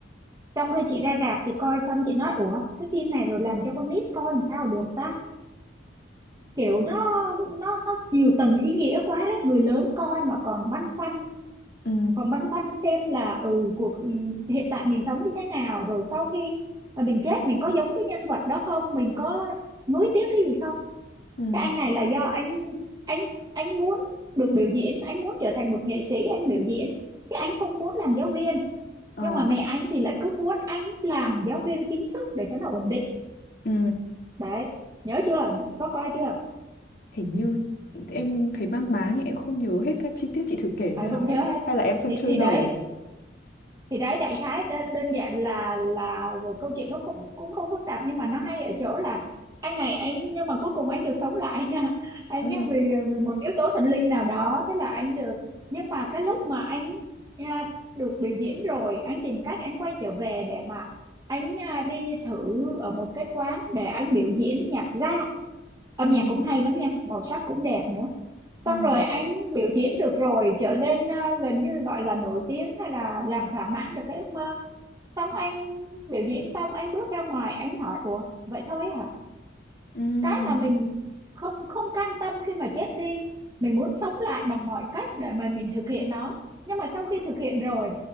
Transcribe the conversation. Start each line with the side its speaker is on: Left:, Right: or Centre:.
Right: xong khi chị ra rạp chị coi xong chị nói ủa cái phim này rồi làm cho con nít coi làm sao được ta kiểu nó nó nó nhiều tầng ý nghĩa quá đấy người lớn coi mà còn băn khoăn
Left: ừ
Right: còn băn khoăn xem là ừ cuộc ừ, hiện tại mình sống như thế nào rồi sau khi mà mình chết mình có giống cái nhân vật đó không mình có nuối tiếc cái gì không
Left: ừ
Right: cái anh này là do anh anh anh muốn được biểu diễn anh muốn trở thành một nghệ sĩ anh biểu diễn chứ anh không muốn làm giáo viên
Left: ờ
Right: nhưng mà mẹ anh thì lại cứ muốn anh làm giáo viên chính thức để cho nó ổn định
Left: ừ
Right: đấy nhớ chưa có coi chưa
Left: hình như em thấy mang má nhưng em không nhớ hết các chi tiết chị thử kể
Right: à,
Left: thế nào
Right: không nhớ
Left: ấy
Right: hết
Left: hay là em xem
Right: thì,
Left: trailer
Right: thì đấy
Left: nhỉ
Right: thì đấy đại khái đơn, đơn giản là là rồi câu chuyện nó cũng cũng không phức tạp nhưng mà nó hay ở chỗ là anh này anh nhưng mà cuối cùng anh được sống lại <laughs> nha anh
Left: ừ
Right: ấy vì, vì một yếu tố thần linh nào đó thế là anh được nhưng mà cái lúc mà anh à, được biểu diễn rồi anh tìm cách anh quay trở về để mà anh à, đi thử ở một cái quán để anh biểu diễn nhạc ra âm
Left: ừ
Right: nhạc cũng hay lắm nha màu sắc cũng đẹp nữa
Left: ừ
Right: xong rồi anh biểu diễn được rồi trở lên ờ, gần như gọi là nổi tiếng hay là làm thỏa mãn được cái ước mơ xong anh biểu diễn xong anh bước ra ngoài anh hỏi ủa vậy thôi hả
Left: ừ
Right: cái mà mình không không cam tâm khi mà chết đi mình muốn sống lại bằng mọi cách để mà mình thực hiện nó nhưng mà sau khi thực hiện rồi